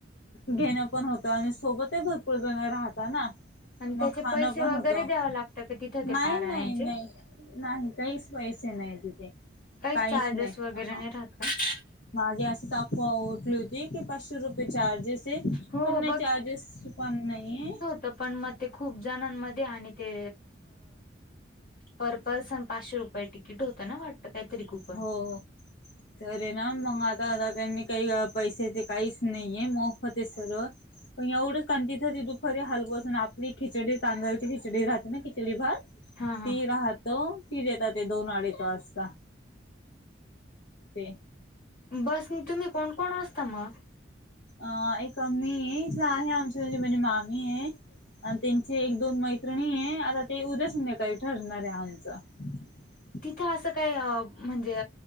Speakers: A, on the left; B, on the left.
A: घेणं पणं होतं आणि सोबत भरंपूर जणं राहतात नां.
B: आणि
A: मगं
B: त्याचे
A: खाणं
B: पैसे
A: पणं
B: वगैरे
A: होतं
B: द्याव लागतं का तिथं ते
A: नाहीं
B: पारायणचे
A: नाहीं नाहीं. नाहीं कांहीच पैसे नाहीं तिथे.
B: कांहीं
A: काहीच
B: चार्जेस
A: नाही
B: वगैरे
A: हा
B: नाहीं राहातं का.
A: मागे अशी अफवा उडली होती की पाचशे रुपये चार्जेस आहे. ते
B: हो
A: पणं नाहीं चार्जेस पणं नाहीं आहे.
B: तरं पणं मगं ते खूप जणांमध्ये आणि ते पर पर्सन पाचशे रुपये तिकीट होतं नां वाटतं कांहीतरी खूप.
A: हो हो. तरं नां मगं आता आता त्यांनी कांहीं पैसे ते कांहीच नाहीये मोफत आहे सर्व. पणं एवढंच कां तिथं ते दुपारी हलवत. आपली खिचडी तांदळाची खिचडी राहते नां खिचडी भात
B: हा हा
A: ती राह त ती देता ते दोन अडीच वाजता. ते
B: बस तुम्हीं कोणं कोणं असता मगं.
A: अ एक मी इथलं आहे आमच्या म्हे म्हणजे मामी आहे. आणि त्यांची एक दोन मैत्रिणी आहे आता ते उद्या संध्याकाळी ठरणार आहे आमचं. <unintelligible>
B: तिथे असं कांहीं म्हणजे